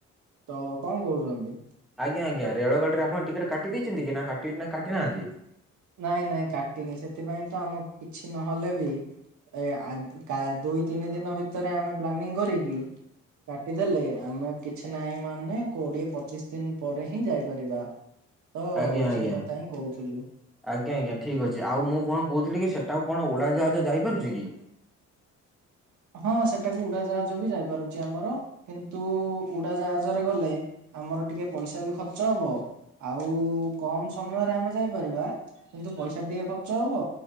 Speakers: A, on the right (about 70°); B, in the centre.
A: ତ କଣ କହୁଛନ୍ତି?
B: ଆଜ୍ଞା ଆଜ୍ଞା ରେଳଗାଡି ର ଆପଣ ଟିକେଟ କାଟି ଦେଇଛନ୍ତି କି ନା କାଟିନାହାନ୍ତି
A: ନାଇଁ ନାଇଁ କାଟିନି ସେଥିପାଇଁ ତ ଆମକୁ କିଛି ନହେଲେ ବି ଏ ଦୁଇ ତିନି ଦିନ ଭିତରେ ଆମେ ପ୍ଲାନିଂ କରିକି କାଟିଦେଲେ ଆମେ କିଛି ନାହିଁ ମାନେ କୋଡିଏ ପଚିଶ ଦିନ ପରେ ହିଁ ଯାଇପାରିବା। ତ
B: ଆଜ୍ଞା ଆଜ୍ଞା
A: ସେଇ କଥା ହିଁ କହୁଥିଲୁ।
B: ଆଜ୍ଞା ଆଜ୍ଞା ଠିକ ଅଛି ଆଉ ମୁଁ କଣ କହୁଥିଲି କି ସେଟାଉ କଣ ଓଡାଜାହାଜ ଯାଇପାରୁଛି କି?
A: ହଁ ସେଟାକୁ ଉଡାଜାହାଜ ବି ଯାଇପାରୁଛି ଆମର କିନ୍ତୁ ଉଡାଜାହାଜରେ ଗଲେ ଆମର ଟିକେ ପଇସା ବି ଖର୍ଚ୍ଚ ହବ। ଆଉ କମ ସମୟରେ ଆମେ ଯାଇପାରିବା କିନ୍ତୁ ପଇସା ଟିକେ ଖର୍ଚ୍ଚ ହବ।